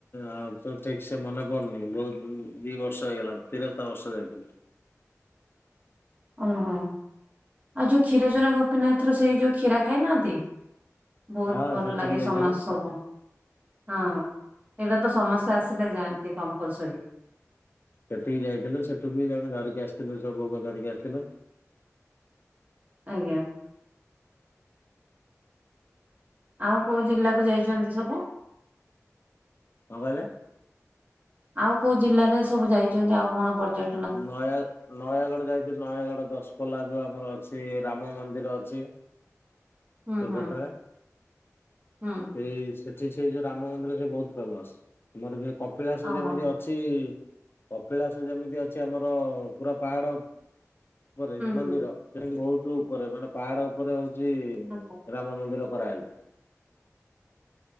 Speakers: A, on the left; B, on the right.
A: ଆଉ ତ ଠିକ ସେ ମନେ ପଡୁନି ବହୁତ ଦି ବର୍ଷ ହେଇଗଲା। ତେରସ୍ତା ବର୍ଷ ଯାଇଥିଲି।
B: ଓହୋ ଆଉ ଯୋଉ କ୍ଷୀର ଜୋଉରା ଗୋପୀନାଥର ସେଇ ଯୋଉ କ୍ଷୀର ଖାଇନାହାନ୍ତି? ବହୁତ
A: ହଁ
B: ଭଲ
A: ସେଠିକି
B: ଲାଗେ
A: ଯାଇଥିଲୁ
B: ସମାଜ ସବୁ ହଁ। ଏଇଟା ତ ସମସ୍ୟା ଆସିଲେ ଯାଆନ୍ତି କମ୍ପଲସରୀ।
A: ସେଠିକି ଯାଇଥିଲ ସେଠୁ ବି ଆମେ ଧରିକି ଆସିଥିଲୁ ସବୁ ଭୋଗ ଧରିକି ଆସିଥିଲୁ।
B: ଆଜ୍ଞା। ଆଉ କୋଉ ଜିଲ୍ଲାକୁ ଯାଇଛନ୍ତି ସବୁ?
A: କଣ କହିଲେ?
B: ଆଉ କୋଉ ଜିଲ୍ଲାରେ ସବୁ ଯାଇଛନ୍ତି ଆଉ କଣ ପର୍ଯ୍ୟ
A: ନୟା ନୟାଗଡ଼ ଯାଇଥିଲି ନୟାଗଡ଼ ଦଶପଲ୍ଲା ଯୋଉ ଆମର ଅଛି ରାମ ମନ୍ଦିର ଅଛି।
B: ହୁଁ
A: ସେପଟରେ
B: ହୁଁ ହୁଁ
A: ସେଇ ସେଠି ସେଇ ଯୋଉ ରାମ ମନ୍ଦିର ସେ ବହୁତ ଫେମସ। ଆମର ଯେ କପିଳାସ
B: ହୁଁ
A: ଯେମିତି ଅ ଅଛି କପିଳାସ ଯେମିତି ଅଛି ଆମର ପୁରା ପାହାଡ। ଉପରେ ମନ୍ଦିର
B: ହୁଁ
A: ସେ ବହୁତ ଉପରେ ମାନେ ପାହାଡ ଉପରେ ହଉଛି
B: ହଁ ହଁ
A: ରା ମନ୍ଦିର କରାହେଇଛି।